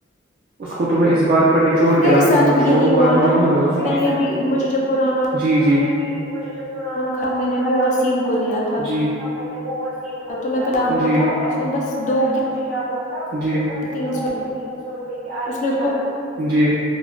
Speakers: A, on the right; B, on the left.
A: اس کو تو میں اس بات پر چوڑ کے
B: میرے
A: رکھ
B: ساتھ
A: دوں گا
B: بھی
A: چھوڑوں
B: یہی ہوا
A: گا تو
B: نا
A: نہیں میں اس کو
B: نے بھی مجھے جب پرانا
A: جی جی <unintelligible> مجھے جو پرانا
B: تھا
A: فون
B: میں نے
A: خراب
B: وہ وسیم
A: ہو گیا
B: کو دیا
A: تھا نا جی <unintelligible> میں نے ب <unintelligible> کو
B: تمہیں
A: دیا
B: پتا
A: تھا
B: ہوا
A: پ
B: میں بس
A: اس
B: دو کے
A: مجھے کیا ہوا تھا بس
B: تین
A: دو
B: سو تھی
A: تین سو روپے کی آئی
B: اس
A: سی
B: نے اس
A: جال
B: کو
A: گئی تھی <unintelligible> جی